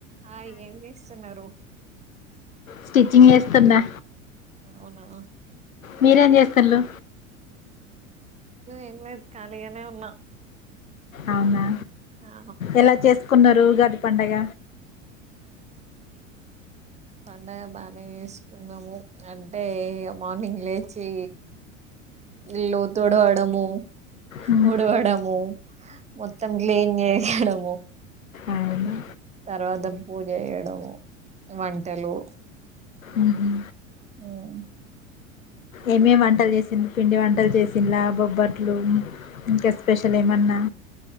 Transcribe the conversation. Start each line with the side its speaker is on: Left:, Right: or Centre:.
Right: Hi ఏం చేస్తున్నారు
Left: stitching చేస్తున్నా
Right: అవునా
Left: మీరేం చేస్తాళ్లు
Right: ఎం లేదు కాలి ఏ ఉన్నా
Left: అవునా
Right: ఆ
Left: ఎలా చేసుకున్నారు రహుగాది పండగ
Right: పండగ బాగా వేసుకున్నాము అంటే మార్నింగ్ లేచి ఇల్లు తుడవడము
Left: ఉమ్,
Right: వుడవడము మొత్తం క్లీన్ హలో
Left: అవునా
Right: తర్వాత పూజ చేయడం వంటలు
Left: ఉహుం.
Right: ఉమ్
Left: ఏమేమి వంటలు చేసిన పిండి వంటలు చేసినలా బొబ్బట్లు ఇంకా స్పెషల్ ఏమన్నా